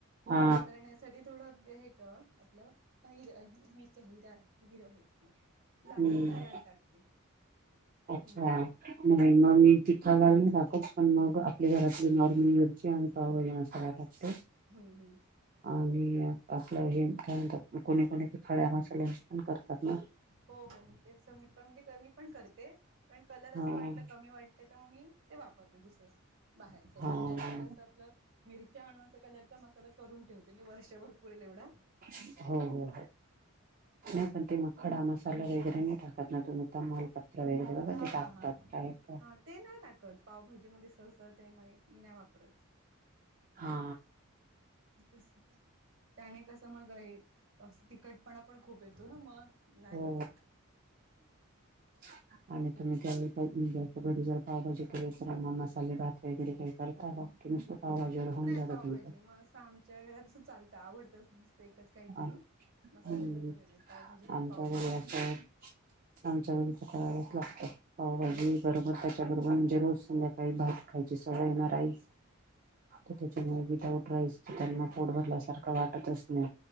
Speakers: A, on the right; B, on the right.
A: हा.
B: मग कलर येण्यासाठी थोडा आहे का आपल हिरा हिर ना लाती
A: हम्म.
B: खालाल टाकते,
A: अच्छा.
B: हम
A: नाही मग मी तिखालाल नाही टाकत, पण मग आपल्या घरातली नॉर्मल मिर ची आणि पावभाजी मसाला टाकते
B: हम्म, हम्म
A: आणि आपलं हे काय म्हणतात कोणी, कोणी ते खड्या मसाल्याचं पण करतात ना
B: हो, हो तेच मी पण म्हणजे मी पण करते पण कलर
A: हा.
B: असं वाटलं कमी वाट ते तर मग मी ते वापरते दुसरं, बाहेरचं
A: हा.
B: पण नाही तर असं आपलं मिरच्या आणून असं कलरचा मसाला करून ठेवते मी वर्षभर पुरेल एवढा
A: हो, हो, हो नाही पण ते खडा मसाला वगैरे नाही टाकत ना तुम्ही? तमालपत्र वगैरे बघा
B: हा
A: ते टाकतात
B: हा हा
A: काय काय
B: ते नाहि टाकत पावभाजी मधे सहसा ते मी नाय वापर.
A: हा.
B: त्याने कसं मग हे. अस तिखटपणा पण खूप येतो ना मग नाही
A: हो
B: जमत.
A: <inaudible> आणि तुम्ही घरी जर म्हणजेअसं घरी जर पावभाजी केली असलं तर मसाले भात वगैरे काही करता का? कि नुसतं पावभाजीवर होऊन
B: नाही
A: जातं
B: पावभाजी
A: तुमचं?
B: मं असं आमच्या घरात चालतं आवडतं नुसतं एकच काहीतरी.
A: आ
B: मसाले
A: हम्म
B: भात वगैरे पावभाजी तर
A: आमच्या
B: पावभाजी
A: घरी असं आमच्या घरी तं करावच लागतं पावभाजी
B: हम्म
A: बरोबर त्याच्याबरोबर म्हणजे रोज संध्याकाळी भात खायची सवय येणार
B: हा.
A: आहे तर त्याच्यामुळे विदाउट राईस
B: असं
A: तं त्यांना
B: काही
A: पोट भरल्यासारखं वाटतच नाही.